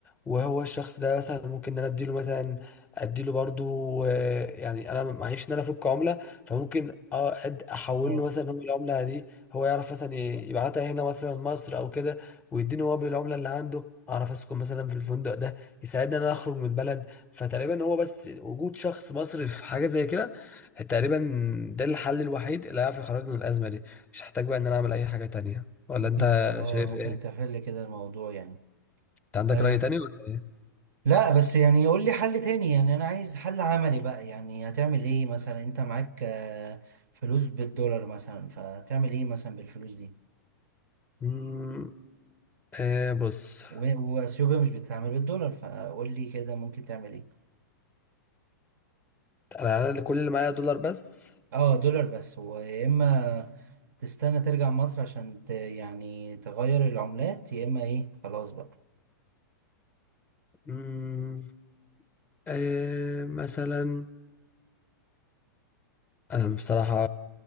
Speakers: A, on the left; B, on the right.
A: وهو الشخص ده مثلا ممكن ان انا اديله مثلا اديله برضه آه، يعني انا معيش ان انا افك عمله فممكن اه أد- احول
B: اه
A: له مثلا هو العمله دي هو يعرف مثلا ي- يبعتها هنا مثلا مصر او كده ويديني هو بالعمله اللي عنده اعرف اسكن مثلا في الفندق ده يساعدني ان انا اخرج من البلد فتقريبا هو بس وجود شخص مصري في حاجه زي كده تقريبا ده الحل الوحيد اللي هيعرف يخرجنا من الازمه دي مش هحتاج بقى ان انا اعمل اي حاجه تانية ولا
B: ممكن
A: انت
B: اه
A: شايف
B: ممكن
A: ايه
B: تحل كده الموضوع يعني
A: انت عندك
B: آه،
A: راي تاني ولا
B: لا بس يعني يقول لي حل تاني يعني انا عايز حل عملي بقى يعني هتعمل ايه مثلا انت معاك آه، فلوس بالدولار مثلا فتعمل ايه مثلا بالفلوس دي
A: امم آه بص
B: و- واثيوبيا مش بتتعامل بالدولار فقول لي كده ممكن تعمل ايه
A: انا انا اللي كل اللي معايا دولار بس
B: اه دولار بس ويا اما تستنى ترجع مصر عشان ت يعني تغير العملات يا اما ايه خلاص بقى
A: امم آه مثلا انا بصراحه